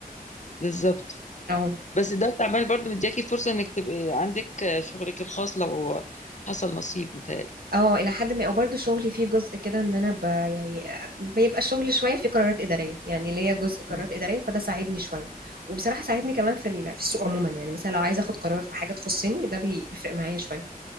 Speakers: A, on the left (about 50°); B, on the right (about 75°).
A: بالظبط
B: اه
A: بس ده عمال برضه مدياكي فرصة انك تبقي عندك آه، شغلك الخاص لو حصل نصيب متهيألي
B: اه الى حد ما وبرده شغلي فيه جزء كده ان انا ب يعني آه، بيبقى الشغل شويه في قرارات اداريه يعني ليا جزء قرارات
A: مم.
B: اداريه فده ساعدني شويه وبصراحه ساعدني كمان في ال- في السوق عموما يعني مثلا لو عايزه اخد قرار في حاجه تخصني ده بي- بيفرق معايا شويه